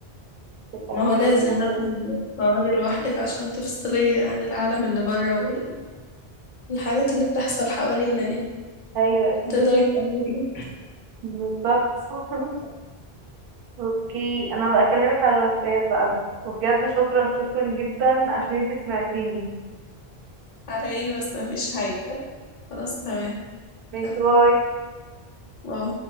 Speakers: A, on the right; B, on the left.
A: تبقى
B: ما هو
A: هي
B: لازم
A: وظيفة
B: لازم
A: كويسة
B: تقعدي لوحدك عشان تفصلي عن العالم اللي بره والحاجات اللي بتحصل حوالينا دي
A: أيوة أكيد
B: تقدري تكملي
A: بالظبط <laughs> أوكي أنا بكلمك على الواتساب بقى وبجد شكرا شكرا جدا عشان انتي سمعتيني
B: على ايه بس ما فيش حاجه خلاص تمام
A: ماشي
B: كده
A: باي
B: باي.